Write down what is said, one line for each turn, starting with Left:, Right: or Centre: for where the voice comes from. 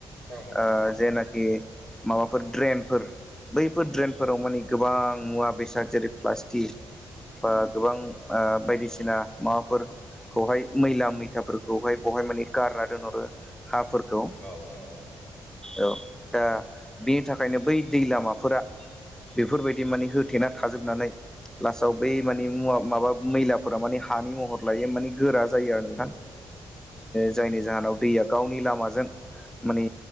Right: नोंथां
Centre: ओ जेनाखि माबाफोर ड्रेनफोर बैफोर ड्रेनफोराव माने गोबां मुवा बेसाद जेरै प्लास्टिक बा गोबां बायदिसिना माबाफोर खौहाय मैला मैथाफोरखौहाय बहाय माने गारना दोनहरो हाफोरखौ
Right: औ नोंथां औ
Centre: औ दा बिनि थाखायनो बै दै लामाफोरा बेफोर बेबायदि माने होथेना थाजोबनानै लास्टआव बै माने मुवा माबा मैलाफोरा माने हानि महर लायो माने गोरा जायो आरो नोंथां जायनि जाहोनाव दैया गावनि लामाजों माने